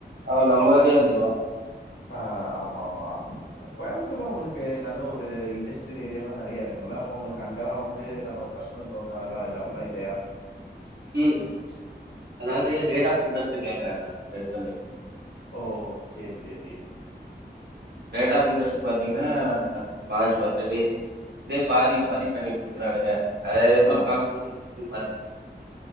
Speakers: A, on the right; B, on the left.
A: அவ நம்ம கிட்டயே வந்துருவா
B: ஆ ஆமா ஆமா கோயம்புத் தூர்ல உங்களுக்கு நல்ல ஒரு இன் இன்டஸ்டிரியல் ஏரியாலா நறைய இருங்கும்முல அப்ப உங்களுக்கு அங் இதெல்லா வந்து நம்ம பர்ஸ்நல் லோன் ல்லா இதாகு இதாகும்ல இல்லையா
A: ம் அதாவது ரேட் ஆப் இன்ட்ரெஸ்ட் கேக்கறாங்க ரட் பண்ணி
B: ஓ சேரி சேரி
A: ரேட் ஆப் இன்ட்ரெஸ்ட் பாத்தீங்கன்னா பாஞ்சு பர்சன்டேஜு இதே பாதிக்
B: ஆ,
A: பாதி பண்ணி் குடுக்குறானுங்க அது எவ்வளோ
B: ஆ.
A: காம்பேஷன் பா